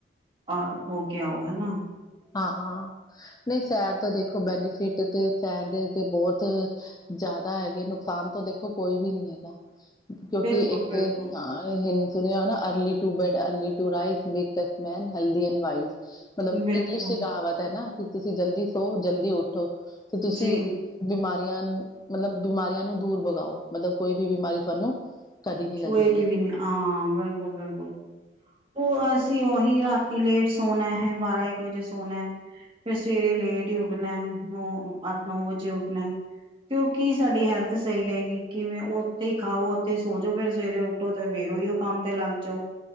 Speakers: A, on the right (about 30°); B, on the left (about 20°).
A: ਰ ਹੋ ਕੇ ਆਓ ਹਨਾ।
B: ਹਾਂ, ਹਾਂ, ਨਹੀਂ ਸੈਰ ਤਾਂ ਦੇਖੋ ਬੈਨੀਫਿਟ ਤੇ ਸੈਰ ਦੇ ਤੇ ਬਹੁਤ ਜ਼ਿਆਦਾ ਹੈਗੇ ਨੁਕਸਾਨ ਤੋਂ ਦੇਖੋ ਕੋਈ ਵੀ ਨੀ ਹੈਗਾ, ਕਿਉਂਕਿ
A: ਬਿਲਕੁਲ
B: ਇੱਕ
A: ਬਿਲਕੁਲ
B: ਤਾਂ ਅ ਸੁਣਿਆ ਨਾ, early to bed early to rise makes that man healthy and wise. ਮਤਲਬ
A: ਬਿਲਕੁਲ
B: ਇੰਗਲਿਸ਼ ਚ ਕਹਾਵਤ ਹੈ ਨਾ ਕਿ ਤੁਸੀਂ ਜਲਦੀ ਸੋ ਜਲਦੀ ਉੱਠੋ ਤੇ ਤੁਸੀਂ
A: ਜੀ
B: ਬਿਮਾਰੀਆਂ ਮਤਲਬ ਬਿਮਾਰੀਆਂ ਨੂੰ ਦੂਰ ਬਗਾਓ ਮਤਲਬ ਕੋਈ ਵੀ ਬਿਮਾਰੀ ਤੁਹਾਨੂੰ, ਕਦੀ ਨਹੀਂ
A: ਛੁਏ
B: ਲੱਗੇਗੀ
A: ਕਿ ਵੀ ਨਹੀਂ ਹਾਂ, ਬਿਲਕੁਲ, ਬਿਲਕੁਲ। ਉਹ ਅਸੀਂ ਉਹੀ ਰਾਤੀ ਲੇਟ ਸੋਣਾ ਹੈ, ਬਾਰਾਂ, ਇੱਕ ਵਜੇ ਸੋਣਾ ਹੈ। ਫਿਰ ਸਵੇਰੇ ਲੇਟ ਹੀ ਉੱਠਣਾ ਨੌ, ਅੱਠ, ਨੌ ਵਜੇ ਉੱਠਣਾ। ਤੇ ਉਹ ਕੀ ਸਾਡੀ ਹੈਲਥ ਸਹੀ ਰਹੇਗੀ ਕਿਵੇਂ ਉੱਥੇ ਹੀ, ਖਾਓ ਉੱਥੇ ਸੋ। ਜੋ ਫੇਰ ਸਵੇਰੇ ਉੱਠੋ ਤੇ ਫੇਰ ਹੀ ਉਹ ਕੰਮ ਤੇ ਲੱਗ ਜਾਓ।